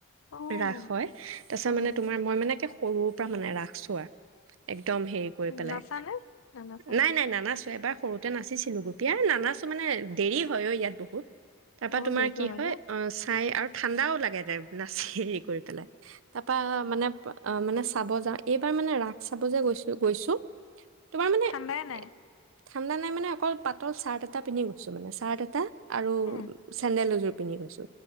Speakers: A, on the left; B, on the right.
A: অ উম
B: ৰাস হয় তাৰপিছত
A: উম
B: মানে তোমাৰ মই মানে। সৰুৰ পৰা মানে ৰাস চোৱা একদম হেৰি কৰি পেলাই
A: নাচানে নানাচা
B: নাই - নাই নানা নাচো এবাৰ সৰুতে নাচিছিলোগে এএএ নানাচো মানে দেৰি হয় অ ইয়াত বহুত। তাৰপা
A: বহুত
B: তোমাৰ
A: দেৰিকৈ
B: কি হয়
A: ন
B: অ, চাই আৰু ঠাণ্ডাও লাগে দে হেৰি কৰি পেলাই। তাৰপা মানে অ, মানে। চাব যাওঁ, এইবাৰ মানে ৰাস চাব যে গৈছো - গৈছো তোমাৰ মানে
A: ঠাণ্ডাই নাই।
B: এ, ঠাণ্ডা নাই মানে অকল পাতল চাৰ্ট এটা পিন্ধি গৈছো মানে চাৰ্ট এটা আৰু
A: উম
B: চেন্দেল এযোৰ পিন্ধি গৈছো।